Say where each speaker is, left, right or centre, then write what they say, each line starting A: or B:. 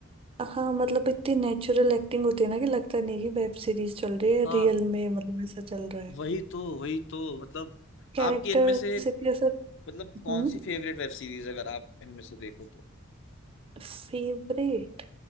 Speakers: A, on the right (about 25°); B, on the left (about 60°).
A: हाँ मतलब इतनी नेचुरल एक्टिंग होती है ना कि लगता नहीं कि वेब सीरीज चल रही है
B: हाँ
A: रियल में मतलब ऐसा चल रहा है
B: वही तो वही तो मतलब
A: कैरेक्टर्स
B: आपकी इनमें से
A: इतने सब
B: मतलब कौन
A: हम्म
B: सी फेवरेट वेब सीरीज अगर आप इनमें से देखो तो
A: फेवरेट